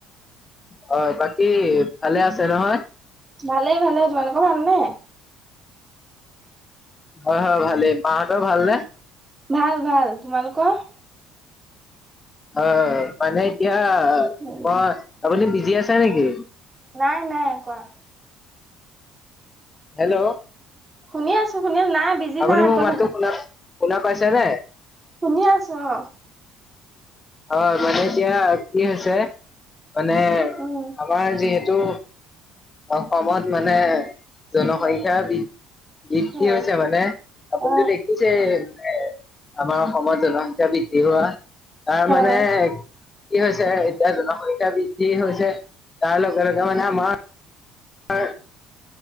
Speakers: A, on the left; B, on the right.
A: হয় বাকী ভালে আছে নহয়?
B: ভালে ভালে। তোমালোক ভালনে?
A: হয় হয় ভালেই মাহঁতৰ ভাল নে?
B: ভাল ভাল। তোমালোকৰ?
A: অ মানে এতিয়া
B: উম
A: মই আপুনি বিজি আছে নেকি
B: নাই নাই কোৱা
A: হেল্ল'
B: শুনি আছো শুনি আছো নাই বিজি
A: আপুনি
B: নাই আকৌ
A: মোৰ মাতটো
B: থাকা
A: শুনা শুনা পাইছে নে
B: শুনি আছোঁ অ
A: অ মানে এতিয়া কি হৈছে মানে
B: উম
A: আমাৰ যিহেতু অসমত মানে জনসংখ্যা বৃ- বৃদ্ধি
B: হয়
A: হৈছে মানে আপুনিতো
B: অ
A: দেখিছে এ আমাৰ অসমত জনস- সংখ্যা বৃদ্ধি হোৱা তাৰ
B: হয়
A: মানে কি হৈছে এতিয়া জনসংখ্যা বৃদ্ধি হৈছে তাৰ লগে লগে মানে আমাৰ হয়